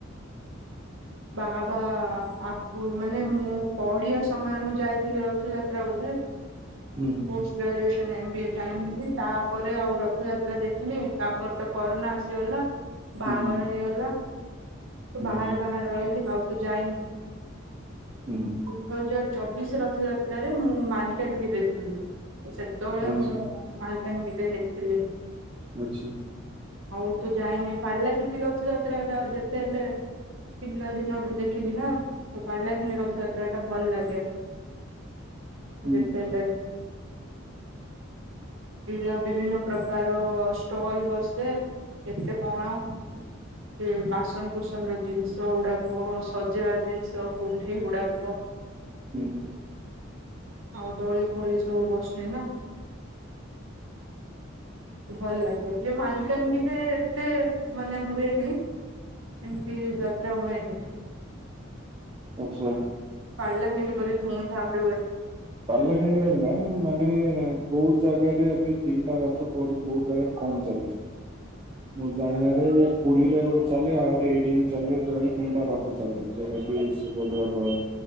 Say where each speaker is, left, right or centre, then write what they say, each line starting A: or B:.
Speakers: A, on the right (about 75°); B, on the right (about 25°).
A: ବାହା ହବା ଆଗୁରୁ ମାନେ, ମୁଁ ପଢିବା ସମୟରେ ମୁଁ ଯାଇଥିଲି ରଥଯା ତ୍ରା ବୋଧେ।
B: ହୁଁ ହୁଁ।
A: Post graduation M B A time ରେ ହିଁ ତା ପରେ ଆଉ ରଥଯାତ୍ରା ଦେଖିନି, ତାପରେ ତ କରୋନା ଆସିଗଲା, ବାହାଘର
B: ହୁଁ ହୁଁ
A: ହେଇଗଲା ।
B: ହୁଁ
A: ବାହାରେ
B: ହୁଁ
A: ବାହାରେ ରହିଲି ଆଉ ତ ଯାଇନି।
B: ହୁଁ ହୁଁ
A: ଦୁଇ ହଜାର ଚବିଶ ରଥଯାତ୍ରାରେ ମୁଁ ମାଲକାନଗିରିରେ ଥିଲି ।ସେତେବେଳେ
B: ଆଚ୍ଛା
A: ମୁଁ ମା ଏନଗେଜ ଦେଖଥିଲି ।
B: ଆଛା।
A: ହଉ ତୁ ଯାଇନି ପାଳିଲା କେମତି ରଥ ଯାତ୍ରାର ଯେତେ ହେଲେ ପିଲା ଦିନଠୁ ଦେଖି ଛିନା, ତ ପାରିଲା ଖି ରଥଯାତ୍ରା ଟା ଭଲ ଲାଗେ।
B: ହୁଁ
A: ଯେତେହେଲେ ବିଭି- ବିଭିନ୍ନ ପ୍ରକାର ଷ୍ଟଲ ବସେ। କେତେ କଣ, ସେ ବାସନ କୁସନ ର ଜିନିଷ ଯୋଉଡାକ ସଜେଇବା ଜିନିଷ କୁଣ୍ଢେଇ ଗୁଡାକ-
B: ହୁଁ ହୁଁ।
A: ଆଉ ଦଳି ଫଳି ସବୁ ବସନେ ନା। ଭଲ ଲାଗେ ।ଯେ ମାଲକାନଗିରେ ଏତେ ମାନେ ହୁଏନି । ଏମିତି ଯାତ୍ରା ହୁଏନି।
B: ଆଛା।
A: ପାଳଲା ଖଡି ରେ ବଡ ଧୁମଧାମ ରେ ହୁଏ।
B: ପାଲାଖେଡିରେ ନା ମାନେ ବହୁତ ଜାଗାରେ ଏବେ ତିନିଟା ରଥ କ ବହୁତ ଜାଗାରେ। <inaudible> ମୁଁ ଜାଣିବାରେ ପୁରୀରେ ଗୋଟେ ଚାଲେ, ଆଉ ଗୋଟେ ଏଇଠି ହିଁ ଚାଲେ ଯୋଉଟା କି ତିନିଟା ରଥ ଚାଲେ । ଡାକିବେ ସୁଭଦ୍ରା, ବଳ